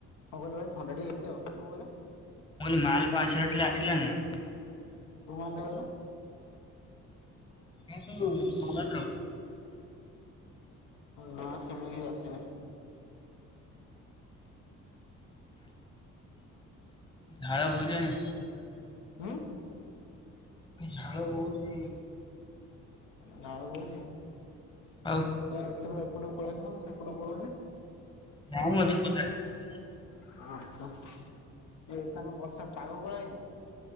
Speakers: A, on the left; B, on the left.
A: କହିଲୁ ଭାଇ ଥଣ୍ଡାଟିକେ ହେଇଛି ଆଉ।
B: ମୁଁ କହିଲି ମାଲ କଣ ଆସିବାର ଥିଲା ଆସିଲାଣିନା?
A: କୁମାନ ଯାଉନା
B: ଥାଉ ଥାଉ ଭଙ୍ଗା ଡପ୍ର
A: ନା ସେମିତି କି ଆସିନି।
B: ଝାଲ ବହୁଜନି
A: ହୁଁ।
B: ଝାଳ ବହୁଛି
A: ଝାଳ ବହୁଛି।
B: ଆଉ
A: ଏ ତମେ ସେଟ ପଳେଇସ ନା ମୁଁ ସେପଟୁ ପଳୁଛି।
B: ଜାମ ଅଛି ପଦାରେ।
A: ହଁ ଏଇଥାନ ବର୍ଷା ପାଗ ଗୋଳା ହେଇଛି।